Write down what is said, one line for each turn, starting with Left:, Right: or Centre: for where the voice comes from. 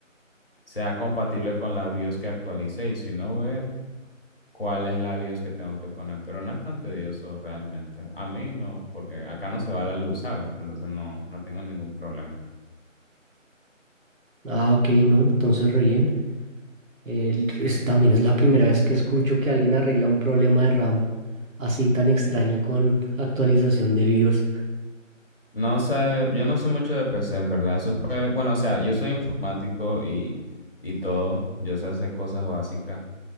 Left: sea compatible con la BIOS que actualice y si no, ver cuál es la BIOS que tengo que poner, pero no es tan tedioso realmente. A mí no, porque acá no se va la luz, ¿sabes? Entonces no, no tengo ningún problema.
Right: Ah, ok, no, entonces re bien. Eh, l- es- también es la primera vez que escucho que alguien arregla un problema de RAM así tan extraño con actualización de BIOS.
Left: No sé, yo no sé mucho de PC, en verdad. Eso fue, bueno, o sea, yo soy informático y, y todo, yo sé hacer cosas básicas,